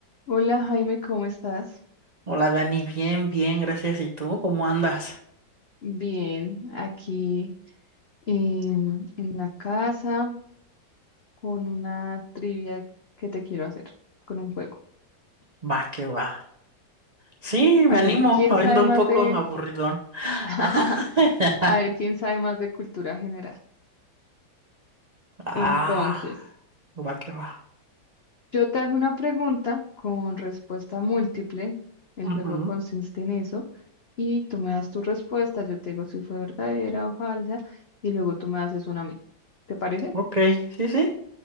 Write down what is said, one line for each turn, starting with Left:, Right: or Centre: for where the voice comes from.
Left: Hola Jaime, ¿cómo estás?
Right: Hola Dani, bien, bien, gracias. ¿Y tú cómo andas?
Left: Bien, aquí em, en la casa con una trivia que te quiero hacer, con un juego.
Right: Va, que va. Sí,
Left: A
Right: me animo,
Left: ver, ¿quién
Right: abriendo
Left: sabe más
Right: un poco
Left: de...
Right: aburridón.
Left: <laughs>
Right: <laughs>
Left: A ver, ¿quién sabe más de cultura general?
Right: Ah,
Left: Entonces,
Right: va, que va.
Left: yo te hago una pregunta con respuesta múltiple. El juego
Right: Ujú,
Left: consiste en eso. Y tú me das tu respuesta, yo te digo si fue verdadera o falsa, y luego tú me haces una a mí. ¿Te parece?
Right: Ok, sí, sí.